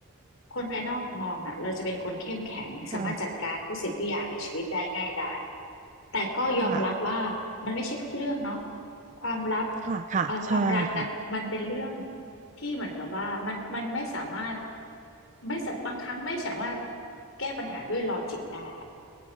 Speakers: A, on the left; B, on the right.
A: คนภายนอกมองน่ะเราจะเป็นคนเข้มแข็งสามารถจัดการทุกสิ่งทุกอย่างในชีวิตได้ง่ายดาย
B: ค่ะ
A: แต่ก็ยอมรับว่ามันไม่ใช่ทุกเรื่องเนาะ
B: ค่ะ
A: ความลับ
B: ค่ะค่ะใช่ค่ะ
A: เอ่อความรักน่ะมันเป็นเรื่อง ที่เหมือนกับว่ามันมันไม่สามารถไม่สะบางครั้งไม่สามารถแก้ปัญหาด้วยลอจิกได้อะ